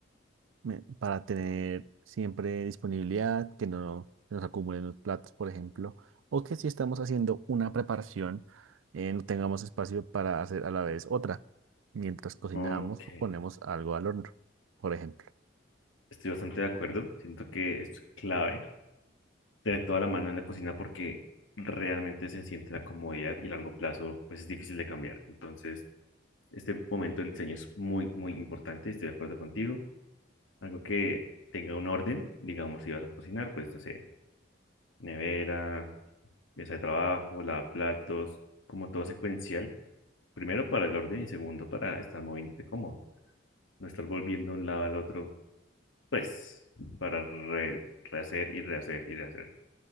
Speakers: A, on the right; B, on the left.
A: me- para tener siempre disponibilidad, que no se nos acumulen los platos, por ejemplo, o que si estamos haciendo una preparación, eh, no tengamos espacio para hacer a la vez otra, mientras cocinamos
B: Ok,
A: o ponemos algo al horno, por ejemplo.
B: estoy bastante de acuerdo. Siento que es clave tener toda la mano en la cocina porque realmente se siente la comodidad y a largo plazo pues es difícil de cambiar. Entonces, este momento del diseño es muy, muy importante. Estoy de acuerdo contigo. Algo que tenga un orden, digamos, si vas a cocinar, pues no sé, nevera, mesa de trabajo, lavaplatos, como todo secuencial. Primero para el orden y segundo para estar moviéndote cómodo. No estar volviendo de un lado al otro Pues, para re- rehacer y rehacer y rehacer.